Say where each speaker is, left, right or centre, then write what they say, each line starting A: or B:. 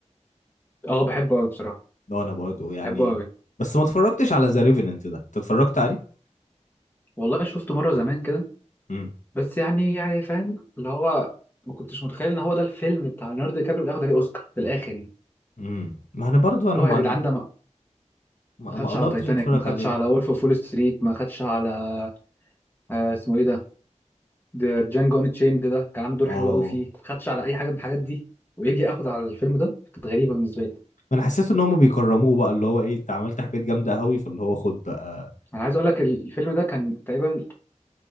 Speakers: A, on the left; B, on the left.
A: اه بحبه قوي بصراحه
B: ده انا برضه يعني
A: بحبه قوي
B: بس ما اتفرجتش على ذا ريفننت ده انت اتفرجت عليه
A: والله شفته مره زمان كده
B: امم
A: بس يعني يعني فاهم اللي هو ما كنتش متخيل ان هو ده الفيلم بتاع ليوناردو دي كابريو اللي ياخد عليه اوسكار في الاخر يعني
B: امم ما انا برضه انا
A: اللي
B: ما
A: هو يا جدعان
B: أنا...
A: ده ما
B: ما
A: ما خدش
B: ما قدرتش
A: على تايتانيك
B: اتفرج
A: ما خدش
B: عليه
A: على وولف اوف وول ستريت ما خدش على آه اسمه ايه ده ده جانجو ان تشيند ده كان عامل دور
B: اه
A: حلو قوي فيه ما خدش على اي حاجه من الحاجات دي ويجي اخد على الفيلم ده كانت غريبه بالنسبه لي
B: ما انا حسيت ان هم بيكرموه بقى اللي هو ايه انت عملت حاجات جامده قوي فاللي هو خد بقى
A: انا عايز اقول لك الفيلم ده كان تقريبا